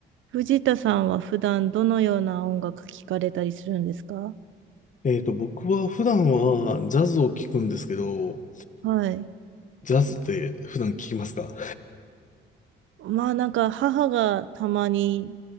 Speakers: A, on the right; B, on the left.
A: 藤田さんは普段どのような音楽聴かれたりするんですか
B: えっと、僕は普段はジャズを聴くんですけど、
A: はい。
B: ジャズって普段聴きますか
A: まあなんか母がたまに